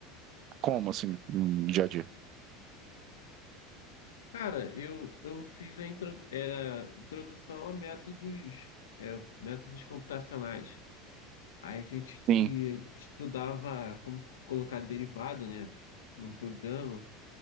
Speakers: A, on the right (about 50°); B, on the left (about 80°).
A: como, assim, no dia a dia?
B: cara, eu, eu fiz a intro, era introdução a métodos, é, métodos computacionais. Aí a gente
A: Sim.
B: e, estudava como colocar derivada, né? Num programa,